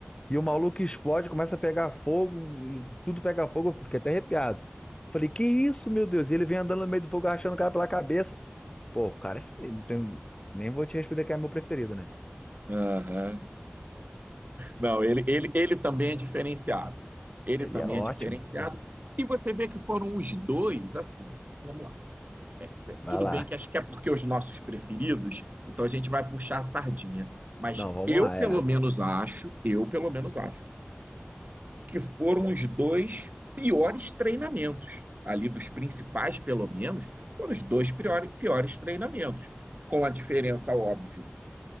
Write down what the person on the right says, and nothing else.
uhum. Não, ele, ele, ele também é diferenciado. Ele
também
é diferenciado.
E você vê que foram os dois, assim, vamos lá.
Tudo
bem que acho que é porque os nossos preferidos, então a gente vai puxar a sardinha. Mas
eu,
pelo menos, acho, eu, pelo menos, acho, que foram os dois piores treinamentos. Ali dos principais, pelo menos, foram os dois piores, piores treinamentos. Com a diferença, óbvio,